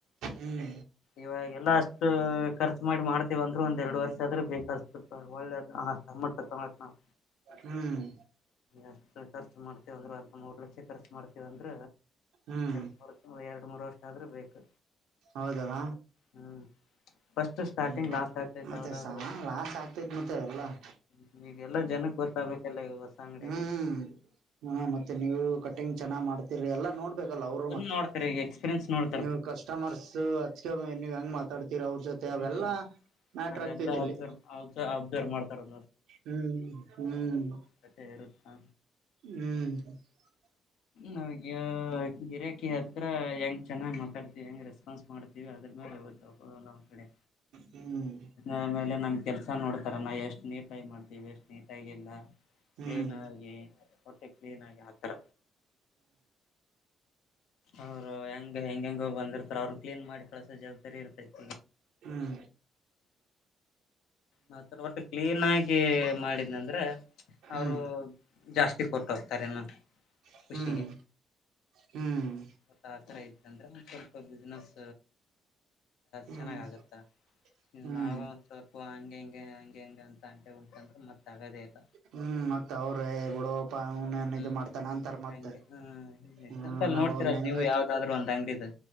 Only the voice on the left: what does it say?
ಇವಾಗೆಲ್ಲಾ ಅಷ್ಟು ಖರ್ಚು ಮಾಡಿ ಮಾಡ್ತೀವಂದ್ರು ಒಂದ್ ಎರಡ್ ವರ್ಷ ಅದ್ರು ಬೇಕಲ್ರಿ. ಸೋಲ್ಪ ಒಳ್ಳೇದು <unintelligible> ತಕಂಬಕ್ ನಾವ್.
ಎಷ್ಟು ಖರ್ಚ ಮಾಡ್ತೀವಂದ್ರೆ ಒಂದ್ ಮೂರ್ ಲಕ್ಷ ಖರ್ಚು ಮಾಡ್ತೀವ್ ಅಂದ್ರ
ಎರು. ಹ್ಮ್ಮ್ ಎರಡ್ ಮೂರ್ ವರ್ಷ ಆದ್ರೂ ಬೇಕು.
ಹ್ಮ್ ಫಸ್ಟ್ ಸ್ಟಾರ್ಟಿಂಗ್
ಲಾಸ್ಟ್ ಆಗ್ತೈತಿ
ಯಾವದಾದ್ರು.
ಹ್ಮ ಈಗ್ಗೆಲ್ಲಾ ಜನೂಕು ಗೋತ್ತಾಗ್ಬೇಕಲ್ಲ ಇಲ್ ಓಸಾ ಅಂಗ್ಡಿ
ಅಗೇತಿ.
ನೋತಾರೆ ಈಗ್ ಎಕ್ಸ್ರಿಯನ್ಸ್ ನೋಡ್.
ಹ್ಮ್
ಅದೆಲ್ಲ
ಅಬ್ಸರ್ವ್ ಅಬ್ಸರ್ವ್ ಮಾಡ್ತಾರ
ತಟೇ ಇರುತದೆ.
ನಮ್ಗೆ ಗಿರಾಕಿ ಹತ್ರ ಹೆಂಗೆ ಚೆನ್ನಾಗ್ ಮಾತಾಡ್ತಿಯ ಹೆಂಗ್ ರೆಸ್ಪಾನ್ಸ್ ಮಾಡ್ತೀಯ ಅದ್ರು ಮೇಲ್ ಹೋಗುತ್ತಾವ್. ನಮ್ ಕಡೆ.
ಆಮೇಲೆ ನಮ್ ಕೆಲ್ಸ ನೋಡ್ತಾರ ನಾವ್ ಎಷ್ಟ್ ನೀಟಾಗ್ ಮಾಡ್ತೀವಿ ಅಂತ್. ನಿವ್ ಎಷ್ಟ್ ನೀಟಾಗಿಲ್ಲ
ಕ್ಲೀನ ಆಗಿ... ಹೊಟಿಗ್ ಕ್ಲೀನಾಗಿ ಆತರ. ಅವ್ರು ಹೆಂಗ್ ಹೆಂಗೆಂಗೋ ಬಂದಿರ್ತಾರ ಅವ್ರು ಕ್ಲೀನ್ ಮಾಡಿ. ಕಳುಸೋ ಜವಾಬ್ದಾರಿ ಇರತೈತಿ
ಮಾತ್ರ ಒಟ್ಟು ಕ್ಲೀನಾಗಿ ಮಾಡಿದ್ನಂದ್ರ
ಅವರು
ಜಾಸ್ತಿ. ಟಿಪ್ಸ್ ಕೊಟಾಗ್ತಾರ ಇನ್ನ
ಕುಷಿಗೆ.
ಸ್ವಲ್ಪ ಹತ್ರ ಇತ್ತ ಅಂದ್ರ ಸ್ವಲ್ಪ ಬಿಸಿನೆಸ್.
ಚೆನ್ನಾಗ ಆಗತ್ತಾ
ನಾವ. ಸ್ವಲ್ಪ ಹಂಗೆ ಹಂಗೆ ಹಗೆ ಹಂಗ ಅಂತ ಅಂಕೋಬೆಕ್ ಅಂದ್ರೆ ಮತ್ತ ಆಗೋದೇ ಇಲ್ಲ.
ಹ್ಮ್
ಹಂಗೆ ಹ್ಮ್
ಎಕ್ಸಾಂಪಲ್
ನೋಡ್ತಿರಲ್
ನೀವು ಯಾವ್ದಾದ್ರು ಒಂದ್ ಅಂಗಡಿದ